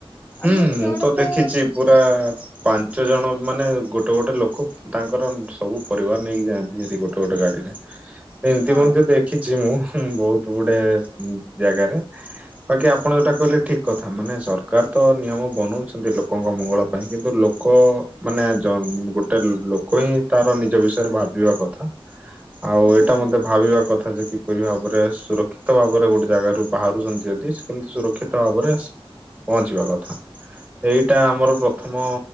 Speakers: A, on the right; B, on the left.
A: ହୁଁ,
B: ଆପଣ
A: ମୁଁ
B: ଜଣକୁ
A: ତ ଦେଖିଛି ପୁରା ପାଞ୍ଚ ଜଣ ମାନେ ଗୋଟେ ଗୋଟେ ଲୋକ ତାଙ୍କର ସବୁ ପରିବାର ନେଇକି ଯାଆନ୍ତି। ସେଠି ଗୋଟେ, ଗୋଟେ ଗାଡିରେ। ଏମିତି
B: ହଁ
A: ମଧ୍ୟ ଦେଖିଛି ମୁଁ। ହଁ, ବହୁତ ଗୁଡେ ଜାଗାରେ ବାକି ଆପଣ ଯୋଉଟା କହିଲେ, ଠିକ କଥା ମାନେ ସରକାର ତ ନିୟମ ବନଉଛନ୍ତି ଲୋକଙ୍କ ମଙ୍ଗଳ ପାଇଁ କିନ୍ତୁ ଲୋକ ମାନେ ଜ ଗୋଟେ ଲୋକ ହିଁ ତାର ନିଜ ବିଷୟରେ ଭାବିବା କଥା ଆଉ ଏଇଟା
B: ହୁଁ
A: ମଧ୍ୟ ଭାବିବା କଥା। କଥା ଯେ କିପରି ଭାବରେ ସୁରକ୍ଷିତ ଭାବରେ ଗୋଟେ ଜାଗାାରୁ ବାହାରୁଛନ୍ତି। ଯଦି କେମିତି ସୁରକ୍ଷିତ ଭାବରେ ଆସିବ। ପହଞ୍ଚିବା କଥା। ଏଇଟା ଆମର ପ୍ରଥମ